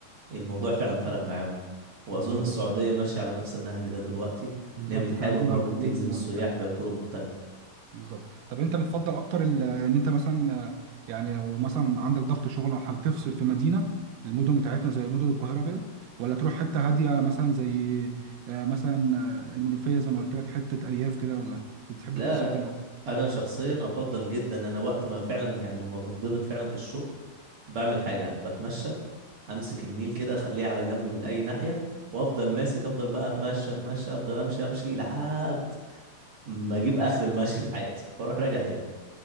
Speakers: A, on the right (about 60°); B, on the right (about 80°).
A: الموضوع فعلا فرق معاهم واظن
B: بالظبط
A: السعوديه ماشيه على نفس النهج ده دلوقتي
B: بالظبط
A: ان هي بتحاول
B: فهجوم
A: برضو
B: الخليج
A: تجذب
B: دلوقتي
A: السياح
B: أيوة
A: بطرق مختلفه
B: بالظبط طب أنت بتفضل أكتر ال- إن أنت مثلا آه، يعني لو مثلا عندك ضغط شغل أو حاجة تفصل في مدينة المدن بتاعتنا زي مدن القاهرة كده ولا تروح حتة هادية مثلا زي آه، مثلا آه، المنوفية زي ما قلت لك حتة أرياف كده ولا بتحب
A: لا
B: تفصل
A: لا
B: فين أكتر؟
A: انا شخصيا افضل جدا انا وقت ما فعلا يعني لما بتضغط فعلا في الشغل بعمل حاجه بتمشى امسك النيل كده اخليه على جنب من اي ناحيه وافضل ماسك افضل بقى اتمشى اتمشى افضل امشي امشي لحد ما اجيب اخر المشي في حياتي واروح راجع تاني